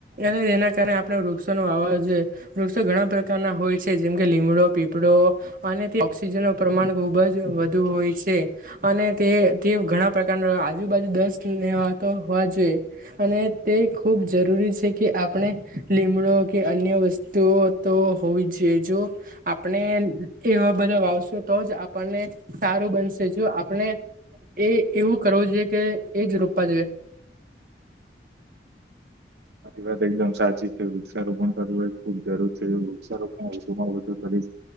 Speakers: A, on the right (about 50°); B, on the right (about 70°).
A: અને એના કારણે આપણેે વૃક્ષો નો આવવા જોઈએ વૃક્ષો ઘણા પ્રકારના હોય છે, જેમકે લીમડો, પીપળો, અને તે ઓક્સિજન નું પ્રમાણ ખુબ જ વધુ હોય છે, અને તે તે ઘણા પ્રકારના આજુબાજુ દસ લેવાતો હોવા જોઈએ અને તે ખૂબ જરૂ રી છે કે આપણે લીમડો કે અન્ય વસ્તુઓ તો હોવી જ જોઈએ જો આ પણે એવા બધા વાવશું તો જ આપણને સારું બનશે જો આપણે એ એવું કરવું જોઈએ કે એજ રોપા જોઈએ. <inaudible>
B: તમારી વાત એકદમ સાચી છે. વૃક્ષારોપ પણ કરવો એ ખુબ જરૂર છે. વૃક્ષા રોપણ વધુમાં વધુ કરી